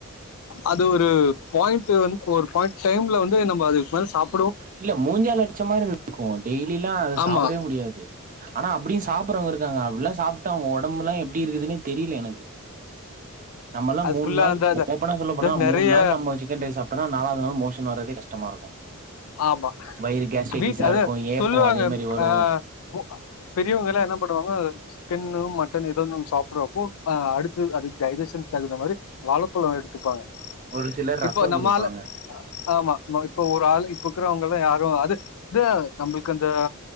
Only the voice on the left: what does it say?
அது ஒரு பாயிண்ட் வந் ஒரு பாயிண்ட் டைம் ல வந்து நம் அதுக்கு சாப்
ஆமா
அது
ஃபுல்லாக
அந்த அந்த-
இந்த
நிறைய
ஆமா
வீட் அது
சொல்லுவாங்க
ஆஹ் பெரியவங்கல்ல என்னாப் சாப்டுவாங்க சிக்கன்ன மட்டன் ஏத சாப்பிடுவப்போ அஹ் அடுத்து அதுக்கு டைஜூஷன் தகுந்த மாரி வாழப்பலோ எடுத்துப்பாங்க
இப்போ நம்ம
ஆல அஹ் ஆமா இப்ப ஒரு ஆள் இப்ப இக்கறவங்கல்லா யாரு அது நம்மளுக்கு அந்த